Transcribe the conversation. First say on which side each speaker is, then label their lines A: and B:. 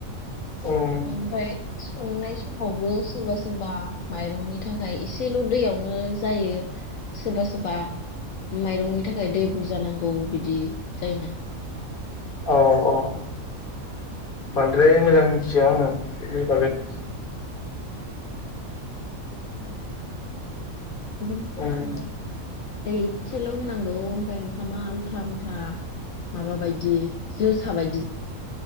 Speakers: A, on the left; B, on the left.
A: उम
B: बेनिफ्राय संनाय समावबो सोरबा सोरबा माइरंनि थाखाय य एसेल' दैयाव नो जायो सोरबा सोरबा माइरंनि थाखाय दै बुरजा नांगौ बिदि जायोना।
A: औ औ औ‌ बांद्राय
B: ओमफ्राय
A: मोजां
B: जोंहा
A: मिथिया
B: दा
A: आङो बेनि बागै। <inaudible>
B: <unintelligible> मोजां मोन्थिया
A: उम
B: ओमफ्राय दै एसेल' होनांगौ ओमफ्राय ओंखामा आमथा आमथा माबा बायदि जोसा बाय